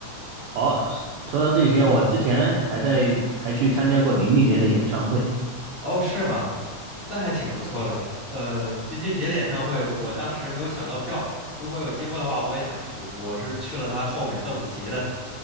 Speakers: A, on the right (about 85°); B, on the left (about 85°).
A: 哦，说说到这些，我之前还在还去参加过林俊杰的演唱会。
B: 哦，是吗？那还挺不错的。呃，金俊杰的演唱会，我当时没有抢到票，如果有机会的话，我也想去。我是去了他后面邓紫棋的，